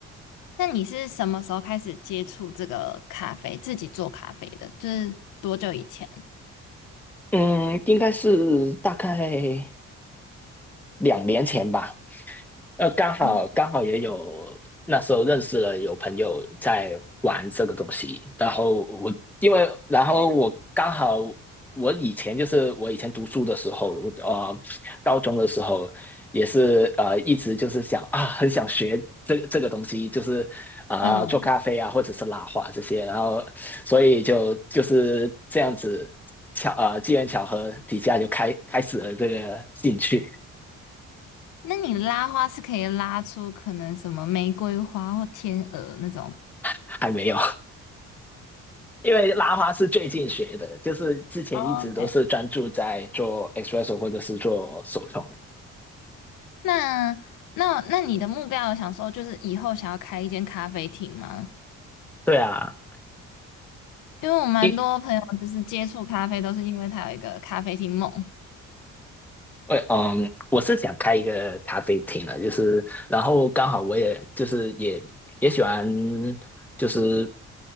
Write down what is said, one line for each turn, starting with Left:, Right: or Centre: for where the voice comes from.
Left: 那你是什么时候开始接触这个咖啡，自己做咖啡的？就是多久以前？
Centre: 嗯，应该是大概两年前吧。呃，刚好刚好也有那时候认识了有朋友在玩这个东西，
Left: 哦，
Centre: 然后我因为然后我刚好我以前就是我以前读书的时候，我呃高中的时候也是呃一直就是想啊很想学这这个东西，就是啊、
Left: 嗯，
Centre: 做咖啡啊或者是拉花这些，然后所以就就是这样子巧呃机缘巧合底下就开开始了这个兴趣，
Left: 那你拉花是可以拉出可能什么玫瑰花或天鹅那种。
Centre: 还没有。因为拉花是最近学的，就是之前一直都是专注在做
Left: 哦，OK，
Centre: espresso 或者是做手冲。
Left: 那那那你的目标有想说，就是以后想要开一间咖啡厅吗？
Centre: 对啊，
Left: 因为我蛮多朋友就是接触咖啡，
Centre: 因
Left: 都是因为它有一个咖啡厅梦，
Centre: 我嗯，我是想开一个咖啡厅的，就是，然后刚好我也就是也也喜欢就是